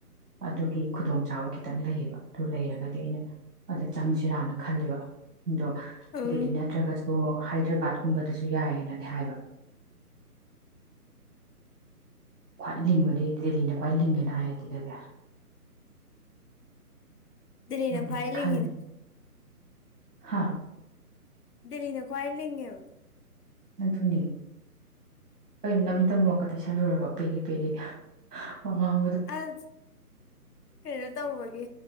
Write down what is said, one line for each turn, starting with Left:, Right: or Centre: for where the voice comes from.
Right: ꯑꯗꯨꯒꯤ ꯈꯨꯗꯣꯡꯆꯥꯥꯕ ꯈꯤꯇꯪ ꯂꯩꯌꯦꯕ ꯑꯗꯨ ꯂꯩꯔꯒꯗꯤ ꯑꯩꯅ ꯑꯗ ꯆꯪꯁꯤꯔꯥꯅ ꯈꯜꯂꯤꯕ ꯑꯗꯣ
Left: ꯎꯝ
Right: ꯗꯦꯜꯂꯤ ꯅꯠꯇ꯭ꯔꯒꯁꯨ ꯍꯥꯏꯗ꯭ꯔꯕꯥꯠꯀꯨꯝꯕꯗꯁꯨ ꯌꯥꯏꯌꯦꯅꯗꯤ ꯍꯥꯏꯕ ꯈ꯭ꯋꯥꯏ ꯂꯤꯡꯕꯗꯤ ꯗꯦꯜꯂꯤꯅ ꯈ꯭ꯋꯥꯏ ꯂꯤꯡꯉꯦꯅ ꯑꯥꯏ ꯑꯥꯏ ꯇꯤꯗꯗꯤ
Left: ꯗꯦꯂꯤꯅ
Right: ꯑꯗꯨꯗꯤ
Left: ꯈ꯭ꯋꯥꯏ ꯂꯤꯡꯉꯤꯅꯤ
Right: ꯈꯜꯂꯤ ꯍꯥ
Left: ꯗꯂꯤꯅ ꯀꯋꯥꯏ ꯂꯤꯡꯉꯦꯕ
Right: ꯑꯗꯨꯅꯤ ꯀꯩꯟ ꯅꯃꯤꯠꯇ ꯃꯣꯔꯣꯛꯀ ꯇꯩꯁꯜꯂꯨꯔꯕ ꯄꯦꯔꯤ ꯄꯦꯔꯤ ꯋꯥꯉꯥꯡ
Left: ꯑꯁ ꯀꯩꯅꯣ ꯇꯧꯕꯒꯤ